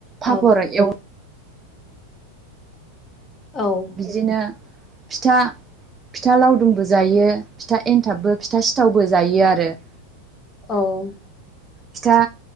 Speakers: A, on the right; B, on the left.
A: पापर
B: औ
A: एव
B: औ
A: बिदिनो फिथा फिथा लावदुमबो जायो फिथा एन्थाबबो फिथा सिथावबो जायो आरो ।
B: औ ।
A: फिथा